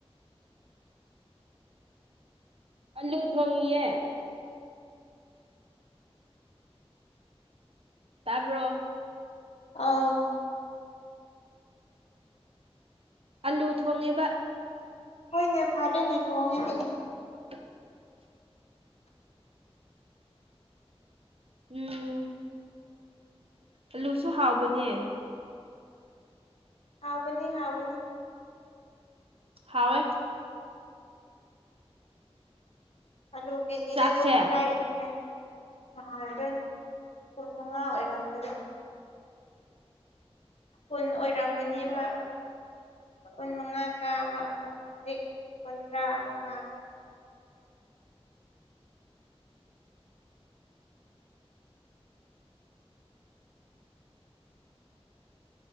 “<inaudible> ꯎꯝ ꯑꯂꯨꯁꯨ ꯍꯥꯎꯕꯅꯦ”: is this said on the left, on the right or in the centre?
Right